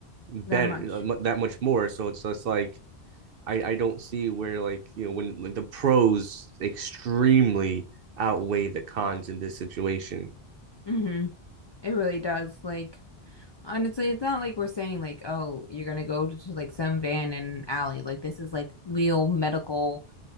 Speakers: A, on the right; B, on the left.
A: better
B: That much.
A: uh, that much more. So it's just like I I don't see where like you know when like the pros extremely outweigh the cons in this situation.
B: hmm It really does. Like, honestly, it's not like we're saying like, oh, you're gonna go to, to, like some van in an alley. Like, this is like real medical,